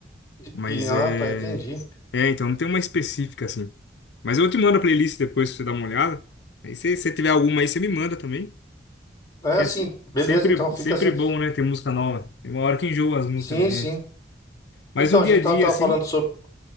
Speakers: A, on the left; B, on the left.
A: E,
B: Mas
A: e- ah,
B: é.
A: tá, entendi.
B: É, então, não tem uma específica assim. Mas eu te mando a playlist depois pra você dar uma olhada. Aí, se você tiver alguma aí, você me manda também.
A: É assim,
B: Que é se-
A: beleza,
B: sempre,
A: então fica
B: sempre
A: assim.
B: bom, né, ter música nova. Tem uma hora que enjoa as músicas
A: Sim,
B: da gente.
A: sim.
B: Mas
A: Então,
B: no
A: a
B: dia
A: gente
B: a
A: tava,
B: dia,
A: tava
B: assim.
A: falando sobre.